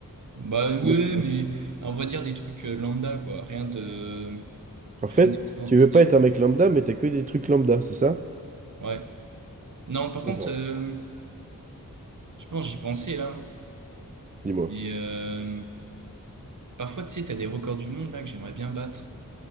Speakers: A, on the right (about 60°); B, on the right (about 25°).
A: Bah ouais,
B: Comment ça se passe?
A: mais on va dire des trucs euh, lambda, quoi. Rien de...
B: En
A: Rien
B: fait,
A: d'extraordinaire.
B: tu veux pas être un mec lambda, mais t'as que des trucs lambda, c'est ça?
A: Ouais. Non, par
B: Je comprends.
A: contre, euh, je pense, j'y pensais, là.
B: Dis-moi.
A: Et euh, parfois, tu sais, t'as des records du monde, là, que j'aimerais bien battre.